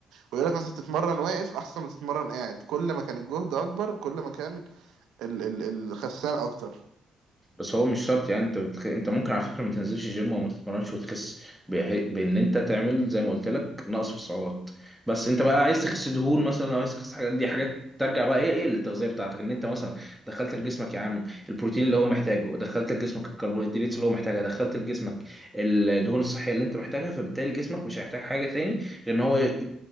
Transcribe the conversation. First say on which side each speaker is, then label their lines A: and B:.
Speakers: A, on the right; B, in the centre.
A: ويقول لك مثلا تتمرن واقف احسن ما تتمرن قاعد كل ما كان الجهد اكبر كل ما كان ال ال الخسان اكتر
B: بس هو مش شرط يعني انت بتخ... انت ممكن على فكره ما تنزلش الجيم وما تتمرنش وتخس بح... بان انت تعمل زي ما قلت لك نقص في السعرات بس انت بقى عايز تخس دهون مثلا او عايز تخس حاجات دي حاجات ترجع بقى ايه ايه للتغذيه بتاعتك ان انت مثلا دخلت لجسمك يا عم البروتين اللي هو محتاجه دخلت لجسمك الكربوهيدرات اللي هو محتاجها دخلت لجسمك الدهون الصحيه اللي انت محتاجها فبالتالي جسمك مش هيحتاج حاجه تاني غير ان هو ي...